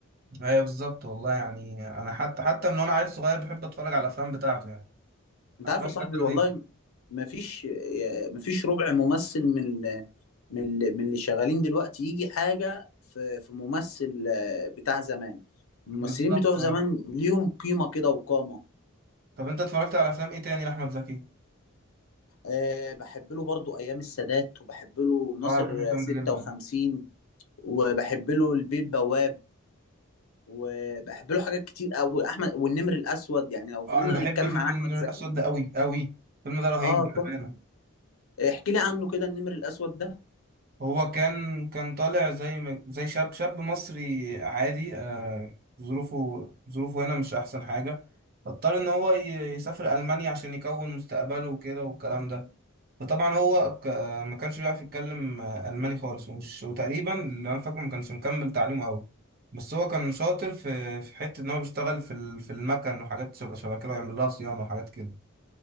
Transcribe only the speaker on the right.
ايوه بالظبط والله يعني انا حتى حتى من وانا عيل صغير بحب اتفرج على الافلام بتاعته يعني
افلام
بجد رهيبه
بالظبط
اه
طب انت اتفرجت على افلام ايه تاني لاحمد زكي
اه انا بحب الفيلم
ده جدا
اه انا بحب
الفيلم
النور
الاسود ده قوي قوي الفيلم ده رهيب
بامانه
هو كان كان طالع زي ما- زي شاب شاب مصري عادي آه ظروفه ظروفه هنا مش احسن حاجه فاضطر ان هو ي- يسافر المانيا عشان يكون مستقبله وكده والكلام ده فطبعا هو ك... ما كانش بيعرف يتكلم آه، الماني خالص ومش وتقريبا اللي انا فاكره ما كانش مكمل تعليمه قوي بس هو كان شاطر في في حته ان هو بيشتغل في ال... في المكن وحاجات شبه شبه كده ويعمل لها صيانه وحاجات كده